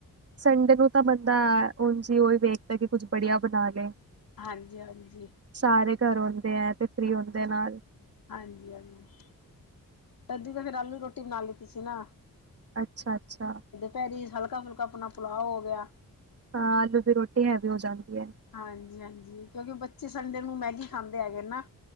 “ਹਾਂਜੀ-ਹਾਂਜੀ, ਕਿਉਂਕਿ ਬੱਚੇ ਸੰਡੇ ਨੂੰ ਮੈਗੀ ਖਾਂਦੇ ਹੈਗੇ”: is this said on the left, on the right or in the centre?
Left